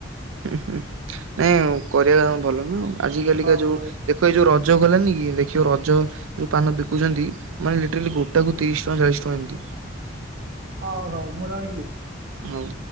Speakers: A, on the right (about 85°); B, on the right (about 55°).
A: ହୁଁ ହୁଁ ନାଇଁ କରିବା ଭଲ ନା ଆଜି କାଲିକା
B: ହଉ
A: ଯୋଉ
B: ହଉ
A: ଦେଖ ଏଇ ଯୋଉ ରଜ ରଜ ଗଲାନି କି ଦେଖିବ ରଜ ଯେଉଁ ପାନ ବିକୁଛନ୍ତି ମାନେ ଲିଟେଲି ଗୋଟ ଟାକୁ ତିରିଶ ଟଙ୍କା ଚାଳିଶ ଟଙ୍କା ଏମିତି
B: ହଉ ହଉ ମୁଁ ରହିଲି।
A: ହଉ